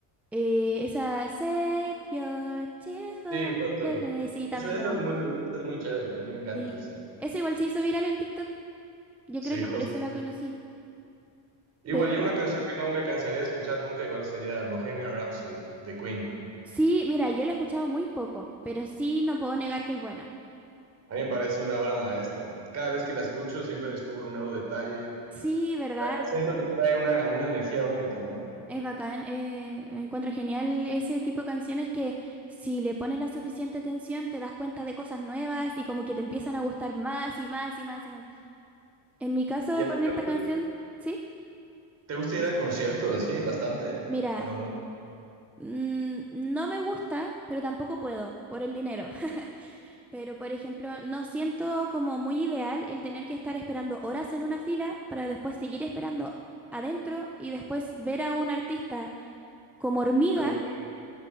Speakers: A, in the centre; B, on the right (about 35°).
A: eh, esa Save Your Tears for
B: Sí, justo.
A: Another Day, sí, también
B: Esa,
A: me
B: esa
A: gusta.
B: es muy, esa es muy chévere, a mí me encanta
A: Sí.
B: esa.
A: Esa igual se hizo viral en TikTok. Yo
B: Sí,
A: creo que
B: justo.
A: por eso la conocí.
B: Igual,
A: Pero
B: yo una canción que no me cansaría de escuchar nunca, igual sería Bohemian Rhapsody de Queen.
A: sí, mira, yo la he escuchado muy poco, pero sí no puedo negar que es buena.
B: A mí me parece una obra maestra. Cada vez que la escucho siempre descubro un nuevo detalle.
A: Sí, ¿verdad?
B: Además, siento que trae una, una energía única, ¿no?
A: Es bacán. eh, me encuentro genial ese tipo de canciones que si le pones la suficiente atención te das cuenta de cosas nuevas y como que te empiezan a gustar más y más y más y más. En mi caso
B: ¿Y a ti
A: con
B: te
A: esta
B: gusta,
A: canción, sí,
B: te gusta ir a conciertos así? ¿Bastante?
A: mira,
B: ¿O no mucho?
A: mm, no me gusta, pero tampoco puedo por el dinero. Pero, por ejemplo, no siento como muy ideal el tener que estar esperando horas en una fila para después seguir esperando adentro y después ver a un artista como hormiga
B: A lo-